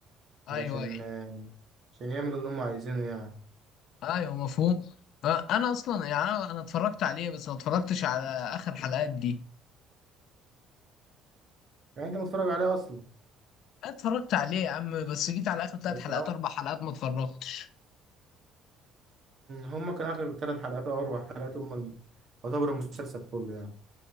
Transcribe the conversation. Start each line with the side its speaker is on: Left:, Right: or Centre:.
Left: ايوه
Right: علشان
Left: ايوه
Right: آه، عشان يعملوا اللي هم عايزينه يعني
Left: ايوه مفهوم انا اصلا يعني انا أنا اتفرجت عليه بس ما اتفرجتش على اخر حلقات دي
Right: يعني انت متفرج عليه اصلا
Left: اتفرجت عليه يا عم بس جيت على اخر ثلاث
Right: بس
Left: حلقات اربع حلقات ما اتفرجتش
Right: هم كان اخر ثلاث حلقات او اروع حلقات هم ال- يعتبر المسلسل كله يعني